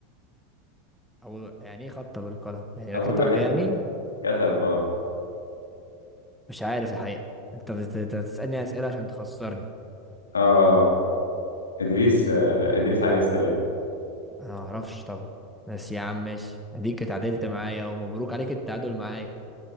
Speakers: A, in the centre; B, on the left (about 80°).
A: او يعني ايه خطة بالقلم يعني لو
B: اول
A: كتب
B: واحد
A: يعني
B: كتب اه
A: مش عارف الحقيقة انت بت- بتسألني أسئلة عشان تخسرني
B: اه ادريس آه ادريس عليه السلام
A: انا ما اعرفش طبعا بس يا عم ماشي اديك اتعادلت معايا ومبروك عليك التعادل معايا